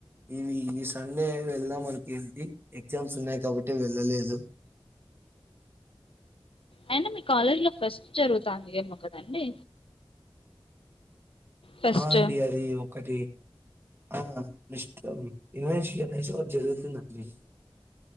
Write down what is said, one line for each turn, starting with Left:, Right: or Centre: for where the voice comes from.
Right: ఇవి ఈ సండే వెళ్దాం మనకి ఏళ్ది ఎగ్జామ్స్ ఉన్నాయి కాబట్టి వెళ్ళలేదు హలో
Left: అయినా మీ కాలేజ్ లో ఫస్ట్ జరుగుతాంది ఏమో కదండి ఫెస్ట్
Right: ఆ అండి అది ఒకటి ఆ ఇష్టం ఇ జరుతు నీ